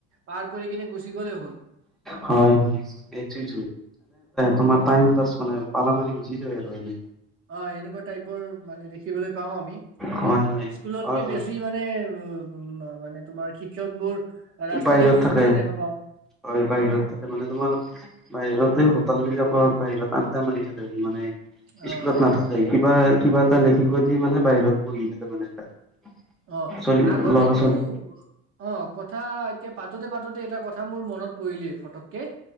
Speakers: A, on the right; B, in the centre.
A: পাৰ কৰি কিনে গুচি গ'লে হ'ল।
B: হয় হয় এইটোাই তোমাৰাই পা মানে পালা মাৰি গুজি যায় আৰু এনে,
A: অ এনেকুৱা টাইপৰ মানে দেখিবলৈ পাও আমি হয়নে
B: হয় হয়
A: স্কুলতকে
B: হয় হয়
A: বেছি মানে উ মানে তোমাৰ শিক্ষক বোৰ ৰাস্তাতে
B: বাহিৰত
A: ঘূৰি
B: থাকে
A: ফুৰা দেখা পাওঁ।
B: হয় বাহিৰত থাকে মানে তোমাৰ বাহিৰতে হোটেল বিলাক বাহিৰত আড্ডা মাৰি থাকে মানে
A: অ',
B: স্কুলত নাথাকে কিবা কিবা এটা লখ মানে বাহিৰত পাৰি যে মানে তাত-
A: অ
B: ছোৱালী
A: আগৰ
B: ল'ৰা
A: দিনতটো
B: ছোৱালী
A: অ কথা এতিয়া পাতোতে পাতোতে এটা কথা মোৰ মনত পৰি ক ফটক --